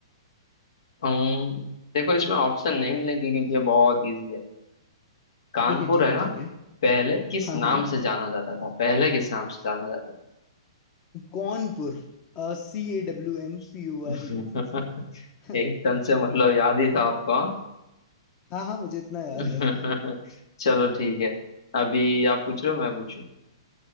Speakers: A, on the left; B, on the left.
A: अम्म, देखो इसमें ऑप्शन नहीं मिलेंगे क्योंकि ये बहुत इजी है कानपुर
B: ठीक है ठीक
A: है
B: है
A: ना
B: ठीक है
A: पहले किस
B: हाँ
A: नाम
B: हाँ
A: से जाना जाता था पहले किस नाम से जाना जाता
B: कौनपुर C A W N
A: था
B: P U R ई
A: <laughs>
B: <laughs>
A: एकदम से मतलब याद ही था आपको हाँ।
B: हाँ हाँ मुझे इतना याद
A: <laughs>
B: है
A: चलो ठीक है अभी आप पूछ रहे हो मैं पूछू